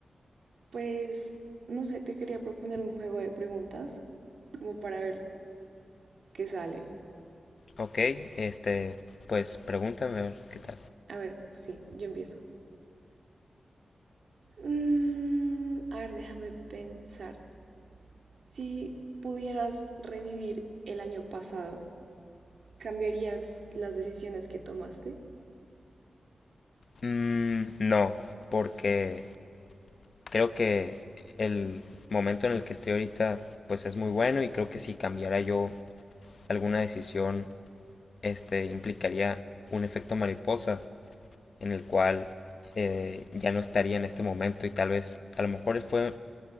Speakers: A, on the right; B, on the left.
A: Pues, no sé, te quería proponer un juego de preguntas, como para ver qué sale.
B: Ok, este, pues pregúntame a ver qué tal.
A: A ver, sí, yo empiezo. Mm, a ver, déjame pensar. Si pudieras revivir el año pasado, ¿cambiarías las decisiones que tomaste?
B: Mm, no, porque creo que el momento en el que estoy ahorita, pues es muy bueno y creo que si cambiara yo alguna decisión, este, implicaría un efecto mariposa en el cual eh, ya no estaría en este momento y tal vez a lo mejor fue,